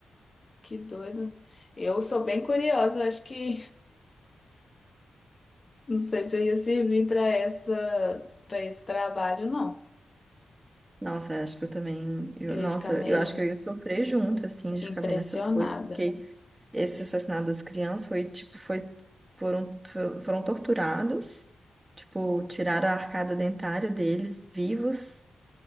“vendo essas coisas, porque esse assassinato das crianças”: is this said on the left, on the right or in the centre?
Right